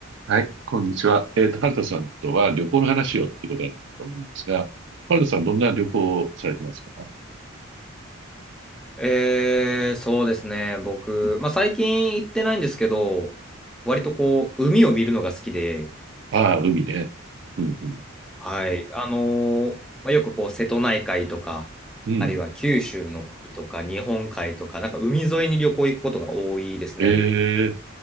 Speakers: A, on the right (about 55°); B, in the centre.
A: はい、こんにちは。えっと、春田さんとは旅行の話をっていうことだったと思うんですが、春田さんどんな旅行をされてますか
B: えー、そうですね。僕、まあ、最近行ってないんですけど、割とこう、海を見るのが好きで、
A: ああ、海ね。うん、う
B: はい。あのーまあ、よくこう、瀬戸内海とか、
A: ん、うん。
B: あるいは九州の海とか、日本海とか、なんか海沿いに旅行行くことが多いですね。
A: ええ、